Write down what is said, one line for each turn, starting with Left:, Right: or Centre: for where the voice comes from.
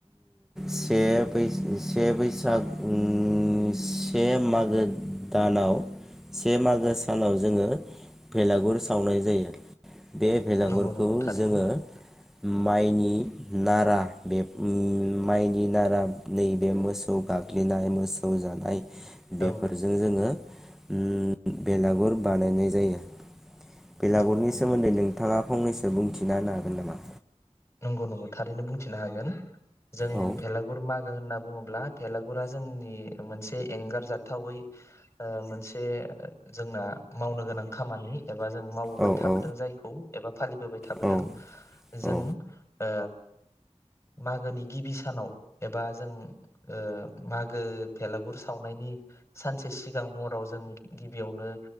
Centre: से से बैसागुनि से मागो दानाव से मागो सानाव जोङो बेलागुर सावनाय जायो। बे बेलागुरखौ
Left: नंगौ नंगौ थारैनो
Centre: जोङो माइनि नारा बे माइनि नारा नैबे मोसौ गाग्लिनाय मोसौ जानाय बेफोरजों
Left: औ
Centre: जोङो ओम बेलागुर बानायनाय जायो। बेलागुरनि
Left: नंगौ नंगौ
Centre: सोमोन्दै नोंथाङा फंनैसो बुंथिना हागोन नामा?
Left: नंगौ नंगौ थारैनो बुंथिनो हागोन जों
Centre: औ
Left: भेलागुर मागो होनना बुङोब्ला भेलागुरा जोंनि मोनसे एंगारजाथावै मोनसे जोंना मावनो गोनां खामानि एबा एबा जों मावबोबाय
Centre: औ
Left: थाबोदों
Centre: औ
Left: जायखौ एबा फालिबोबाय थाबोदों
Centre: औ
Left: जोंनि
Centre: औ
Left: ओ मागोनि गिबि सानाव एबा जों ओ मागो भेलागुर सावनायनि सानसे सिगां हराव जों गिबियावनो